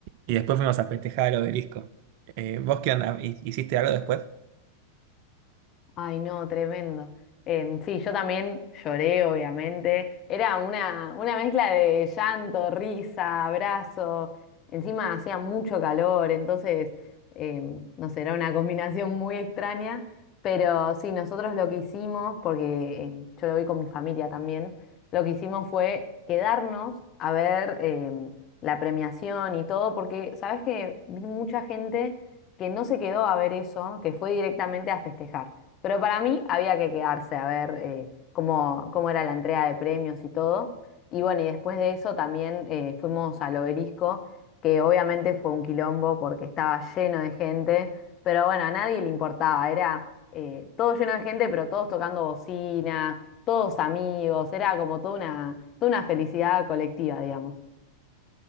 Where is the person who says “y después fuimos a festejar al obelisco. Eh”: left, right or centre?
Right